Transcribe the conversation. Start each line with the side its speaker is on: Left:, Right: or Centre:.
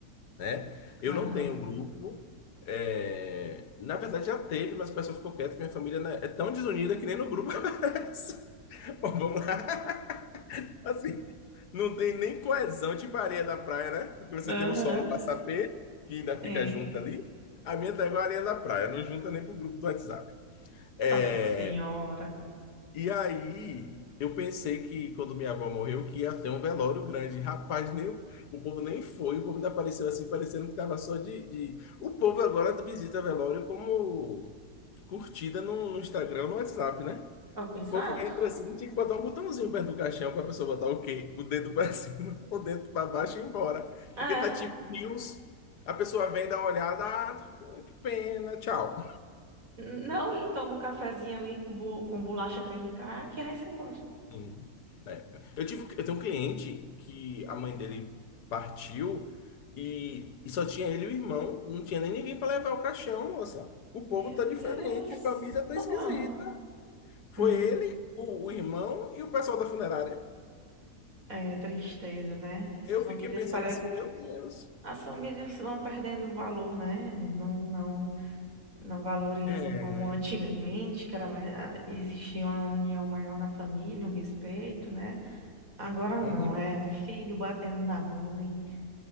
Left: né? Eu não
Right: Aham.
Left: tenho um grupo. é, Na verdade, já teve, mas o pessoal ficou quieto. que Minha família né, é tão desunida que nem no grupo <laughs> aparece. Ó, Vamos lá. Assim, não tem nem coesão, tipo areia da praia, né? Porque você
Right: Aham,
Left: tem o solo massapê, que ainda fica
Right: sim.
Left: junto ali. A minha tá igual a areia da praia, não junta nem pro grupo do WhatsApp. É,
Right: Nossa senhora.
Left: e aí, eu pensei que quando minha avó morreu, que ia ter um velório grande. Rapaz, nem, o o povo nem foi, o povo ainda apareceu assim, parecendo que estava só de, de- O povo agora visita velório como curtida no, no Instagram, no WhatsApp, né?
Right: Ah, Exato.
Left: O povo entra assim, tinha que botar um botãozinho perto do caixão para a pessoa botar o quê? O dedo para <laughs> cima, o dedo para baixo e ir embora.
Right: É.
Left: Porque tá tipo news. A pessoa vem, dá uma olhada, ah, que pena, tchau.
Right: N- Não, e toma um cafezinho ali com, bu- com bolacha creme crack e vai-se embora.
Left: Sim. É. Eu tive, eu tenho um cliente que a mãe dele partiu e, e só tinha ele e o irmão, não tinha nem ninguém para levar o caixão, moça. O
Right: Meu
Left: povo tá diferente,
Right: Deus.
Left: família tá
Right: Ah,
Left: esquisita. Foi
Right: hum,
Left: ele, o, o irmão e o pessoal da funerária.
Right: é tristeza, né? As
Left: Eu
Right: famílias
Left: fiquei pensando
Right: parecem.
Left: assim, meu Deus.
Right: As famílias vão perdendo o valor, né? Não, não, não valorizam
Left: É.
Right: como antigamente, que era mais, ah, existia uma união maior na família, um respeito, né? Agora não,
Left: Uhum.
Right: é filho batendo na mãe.